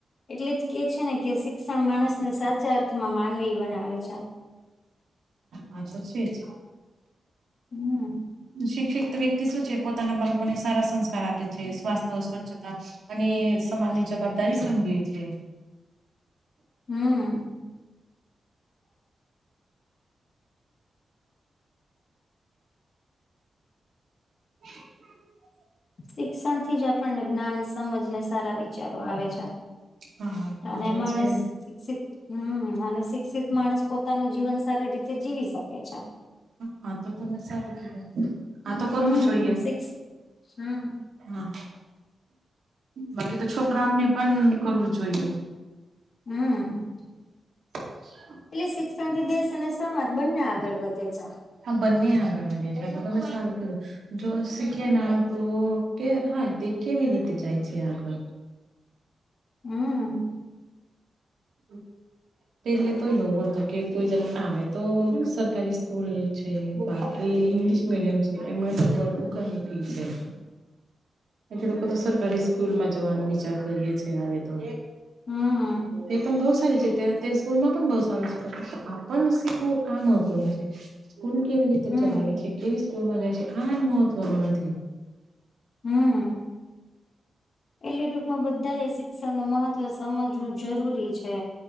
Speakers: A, on the left; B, on the right.
A: એટલે જ કે છે ને કે શિક્ષણ માણસને સાચા અર્થમાં માનવી બનાવે છે.
B: આ તો છે જ.
A: હમ.
B: શિક્ વ્યક્તિ શું છે પોતાના બાળકોને સારા સંસ્કાર આપે છે સ્વાસ્થ્ય, સ્વચ્છતા. અને સમાજની જવાબદારી સમજે છે.
A: હમ્મ.
B: <inaudible>
A: શિક્ષણ થી જ આપણને જ્ઞાન, સમજ ને સારા વિ બચારો આવે છે
B: હા
A: અને
B: આવે
A: માણસ
B: છે
A: શિક્ષિત હમ અને શિક્ષિત માણસ પોતાનું જીવન સારી રીતે જીવી શકે છે.
B: હા તો તને સારું કીધું હા તો કરવું
A: હમ
B: જોઈએ.
A: શિક્ષ હમ
B: હા બાકી તો છોકરાઓને પણ કરવું જોઈએ.
A: હમ્મ.
B: <inaudible>
A: એટલે શિક્ષણ થી દેશ અને સમાજ બંને આગળ વધે છે.
B: હા બંને આગળ વધે છે તો તમે. <unintelligible> જો શીખી ના તો કે હા તે કેવી રીતે જાય છે આગળ. હ.
A: હમ્મ.
B: હમ્મ. પેલે તો એવું હતું કે કોઈ જ આવે તો સરકારી સ્કૂલ છે બાર. એ ઇંગ્લિશ મીડિયમ છે એમાં તો બું ઘણી ફી છે.
A: <inaudible>
B: એ લોકો તો સરકારી સ્કૂલમાં જવાનો વિચાર કરીએે છે હવે તો.
A: હમ
B: તે પણ બહુ સારી છે. તે તે સ્કૂલ માં પણ બહુ સારુ શિખવે છે. આપણને શીખવું આ મહત્વનું છે. સ્કૂલ કેવી રીતે
A: હમ
B: ચલાવે છે કેવી સ્કૂલ માં જાય છે આન મહત્વનું નથી.
A: હમ એટલે ટૂંકમાં બધા એ શિક્ષણ નું મહત્વ સમજવું. જરૂરી છે